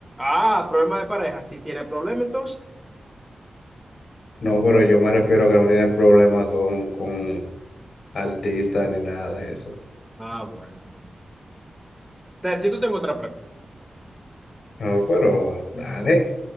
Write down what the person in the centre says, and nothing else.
Ah, problema de pareja. Si tiene problema, entonces.
Ah, bueno. Te- Yo te tengo otra pregunta.